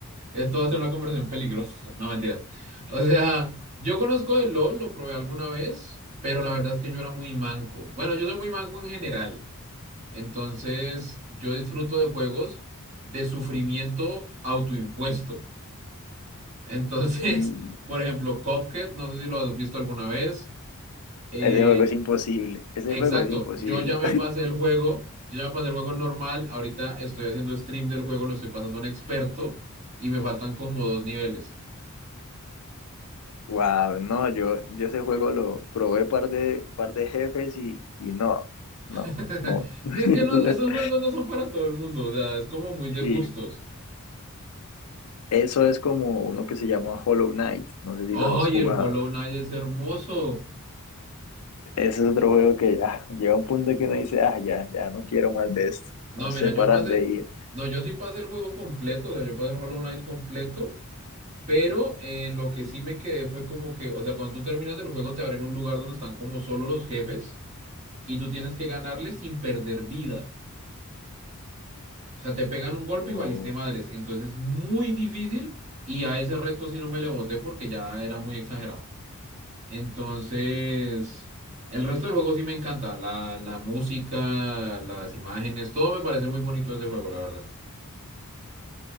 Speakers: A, on the right; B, on the left.
A: esto va a ser una conversación peligrosa. No, mentiras. O sea, yo conozco el LOL, lo probé alguna vez, pero la verdad es que yo era muy manco. Bueno, yo soy muy manco en general. Entonces, yo disfruto de juegos de sufrimiento autoimpuesto. Entonces,
B: Mm,
A: <laughs> por ejemplo, Cuphead, no sé si lo has visto alguna vez. Eh,
B: Ese juego es imposible. Ese
A: Exacto,
B: juego es imposible.
A: yo ya me pasé el juego, yo ya me pasé el juego normal, ahorita estoy haciendo stream del juego, lo estoy pasando a un experto y me faltan como dos niveles.
B: Wow, no, yo, yo ese juego lo probé par de, par de jefes y, y no,
A: <laughs>
B: no, no. <laughs>
A: Si es que no, esos juegos no son para todo el mundo, o sea, es como muy de
B: Sí.
A: gustos.
B: Eso es como uno que se llama Hollow Knight, no sé si
A: ¡Ay,
B: lo has jugado.
A: el Hollow Knight es hermoso!
B: Ese es otro juego que ah, llega un punto que uno dice, ah, ya, ya no quiero más de esto,
A: No,
B: no sé
A: mira, yo
B: para
A: pasé,
B: dónde ir.
A: no, yo sí pasé el juego completo, o sea, yo pasé el Hollow Knight completo, pero en lo que sí me quedé fue como que, o sea, cuando tú terminas el juego te abren un lugar donde están como solo los jefes y tú tienes que ganarles sin perder vida. O sea, te pegan un golpe
B: Oh,
A: y valiste madres. Entonces es muy difícil y a ese reto sí no me le boté porque ya era muy exagerado. Entonces, el resto del juego sí me encanta. La, la música, las imágenes, todo me parece muy bonito ese juego, la verdad.